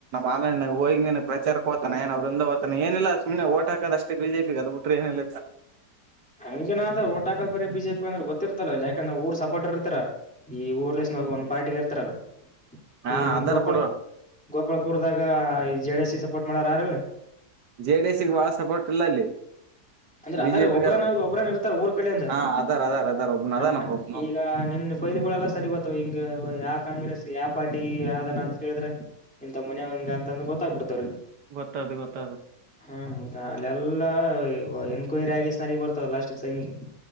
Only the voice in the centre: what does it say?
ಹಂಗಗೆನ ಅ್ರ ಟ್ ಹಾಕ ಬ ಬಿಜೆಪಿ ಅಂದ್ರ ಗೊತ್ತಿರ್ತಲ್ಲ ಇಲ್ಲ ಯಾಂದ್ರ ಊರ್ ಸ ಪೋರ್ಟರ್ ಇರ್ತಾರ ಈ ಊರ್ಲ
ಒಂದು ಪಾರ್ಟಿಿಗೆ ಇರ್ತಾರಲ್ಲ
ಈಗ ನಿಮ್
ಗೋಪಾಳ
ಗೋಪಾಳ ಪುರ್ದಾಗ ಜೆಡಿ ಎಸ್ ಸಿ ಸಪೋರ್ಟ್ ಮಾಡಾರಾರ
ಅಂದ್ರೆ ಅದಾರ
ಒಬ್ರನ
ಒಬ್ರನ ಇರ್ತಾರ ಊರ್ ಕಡಿಲಿಂದಾ
ಮತ್ತೆ
ಈಗ ನಿನ್ನಫೈಲ್ಗಳೆಲ್ಲ ಸಲಗೊತ್ತ್ ಹಿಂಗ ಯಾ ಕಾಂಗ್ರೆಸ್ ಯಾವ ಪಾರ್ಟಿ ಅದನ ಅಂತ ಕೇಳಿದ್ರೆ ಇಂತ ಮನ್ಯವ್ ಹಿಂಗ ಅಂತಂದಂದು ಗೊತ್ತಾಗ ಬಿಡ್ತದವರಿಗೆ
ಹ ಮದ ಅಲ್ಲ ಎಲ್ಲಾ ಎನ್ಕ್ವೈರಿ ಆಗ ಸ್ನಾರಿಗೆ ಬರ್ತಾವ ಲಾಸ್ಟಿಗೆ ಸೈನ್ಿಗೆ